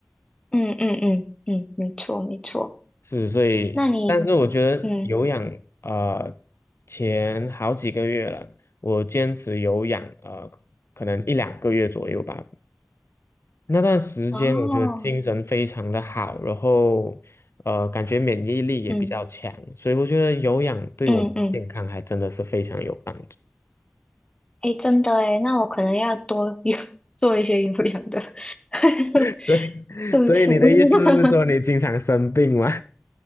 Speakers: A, on the left; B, on the left.
A: 嗯嗯嗯嗯，没错没错。
B: 是，所以，
A: 那你
B: 但是我觉得有氧呃前好几个月了，
A: 嗯
B: 我坚持有氧呃可能一两个月左右吧，那段时间我觉得精神非常的好，
A: 哦
B: 然后呃感觉免疫力也比较强，
A: 嗯
B: 所以我觉得有氧对我们的健康还真的是非常有帮。
A: 嗯嗯，诶，真的诶，那我可能要多有 <laughs> 做一些有氧的，<laughs>
B: <laughs> 所以，
A: 是不是？
B: 所以你的意思是说你经常生病吗？
A: <laughs>